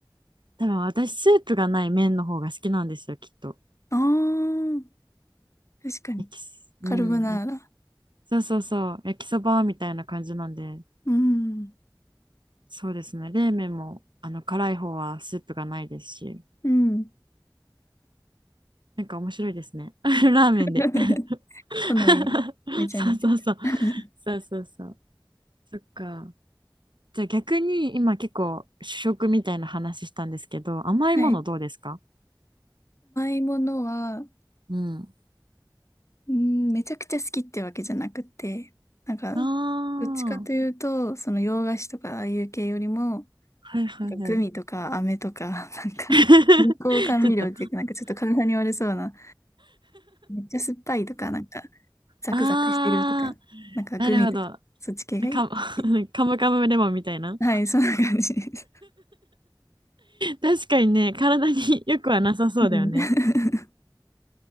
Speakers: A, on the right (about 80°); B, on the left (about 40°).
A: 多分私、スープがない麺の方が好きなんですよ、きっと。
B: ああ。確かに。
A: 焼きす、
B: カルボナーラ。
A: うん、やそうそうそう、焼きそばみたいな感じなんで、
B: うん。
A: そうですね。冷麺も、あの、辛い方はスープがないですし、
B: うん。
A: なんか面白いですね。<laughs> ラーメンで
B: <laughs>
A: <laughs>
B: 好み、めちゃ似てた。
A: そうそうそう。
B: <laughs>
A: そうそうそう。そっか。じゃあ逆に今結構主食みたいな話したんですけど、甘いものどうですか
B: はい。甘いものは、
A: うん。
B: うん、めちゃくちゃ好きってわけじゃなくて、なんか、
A: ああ、
B: どっちかというと、その洋菓子とかああいう系よりも、
A: はいはいはい。
B: なんかグミとか飴とか、<laughs> なんか、
A: <laughs>
B: 人工甘味料っていうか、
A: ちょっと、
B: なんかちょっと体に悪そうな、めっちゃ酸っぱいとか、なんか、ザクザクしてるとか、
A: ああ、
B: なんかグミとか、
A: なるほど。
B: そっち系がいい。
A: か、
B: 好きです
A: <laughs> カムカムレモンみたいな。
B: はい、そんな感じです。
A: 確かにね、体によくはなさそうだよね。
B: うん。<laughs>